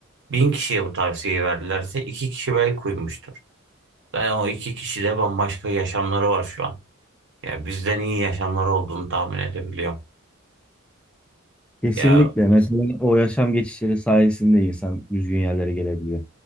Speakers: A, on the right (about 60°); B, in the centre.
A: Bin kişiye bu tavsiyeyi verdilerse iki kişi belki uymuştur. Yani o iki kişi de bambaşka yaşamları var şu an. Ya bizden iyi yaşamları olduğunu tahmin edebiliyorum.
B: Kesinlikle.
A: Ya,
B: Mesela o yaşam geçişleri sayesinde insan düzgün yerlere gelebiliyor.